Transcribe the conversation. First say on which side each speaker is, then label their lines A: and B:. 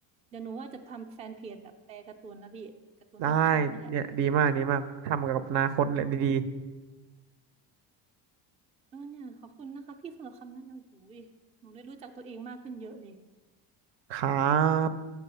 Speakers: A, on the right; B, on the right.
A: เดี๋ยวหนูว่าจะทำแฟนเพจแบบแปลการ์ตูนแล้วพี่การ์ตูนที่หนูชอบนี่แหละ
B: ๆได้เนี่ยดีมากดีมากทำกับอนาคตแหละดี
A: เออเนี่ยขอบคุณนะคะพี่สำหรับคำแนะนำหูยหนูได้รู้จักตัวเองมากขึ้นเยอะเลย
B: ๆครับ